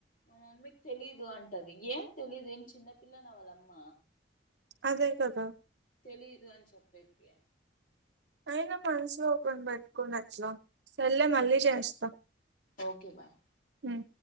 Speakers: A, on the left; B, on the right.
A: మా మమ్మీకి తెలీదు అంటది ఏం తెలీదు ఏం చిన్నపిల్లన వాళ్ళమ్మ
B: అదే కదా
A: తెలిదు అని చెప్పేకి
B: అయినా మనసు లో ఒకని పెట్టుకోని అట్లా సల్లేె మళ్ళీ చేస్తా
A: ఓకే బాయ్
B: ఉమ్